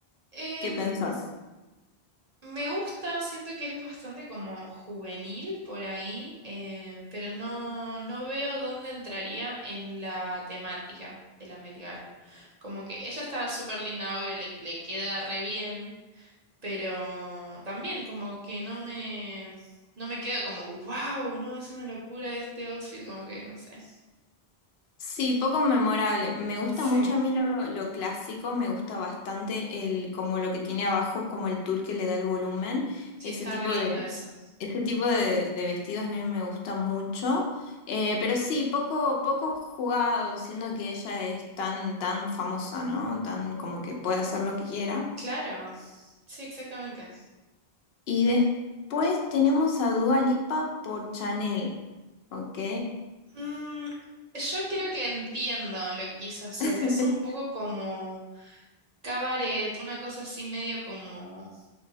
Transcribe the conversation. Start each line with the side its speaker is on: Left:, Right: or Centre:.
Right: Em,
Left: ¿Qué pensás?
Right: Me gusta, siento que es bastante como juvenil por ahí, eh, pero no, no veo dónde entraría en la temática de la Met Gala. Como que ella está súper linda, obvio, le, le queda re bien, pero también como que no me, no me quedo como, wow, no, es una locura este outfit, como que no sé.
Left: Sí, poco memorable. Me gusta
Right: Sí,
Left: mucho a mí lo, lo clásico, me gusta bastante el como lo que tiene abajo, como el tul que le da el volumen.
Right: sí,
Left: Ese
Right: está
Left: tipo
Right: re lindo
Left: de,
Right: eso.
Left: ese tipo de, de vestidos a mí me gusta mucho. Eh, pero sí, poco, poco jugado, siendo que ella es tan, tan famosa, ¿no? Tan como que puede hacer lo que quiera.
Right: Claro, sí, exactamente.
Left: Y después tenemos a Dua Lipa por Chanel, ¿ok?
Right: Mm, yo creo que entiendo lo que quiso hacer.
Left: <laughs>
Right: Es un poco como cabaret, una cosa así medio como